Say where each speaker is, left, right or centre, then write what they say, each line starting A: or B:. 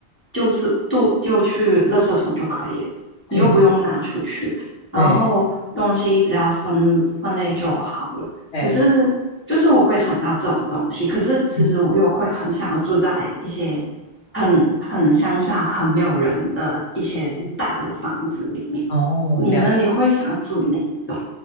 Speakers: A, on the left; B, on the left.
A: 就是丢丢去垃圾桶就可以了，你又不用拿出去，
B: 对对
A: 然后东西只要分分类就好了。
B: 对对，
A: 可是就是我会想到这种东西，可是其实我又会很想要住在一些
B: 嗯
A: 很很乡下、很没有人的一些大的房子里面。
B: 嗯哦，
A: 你呢？
B: 了
A: 你会想要住哪一栋？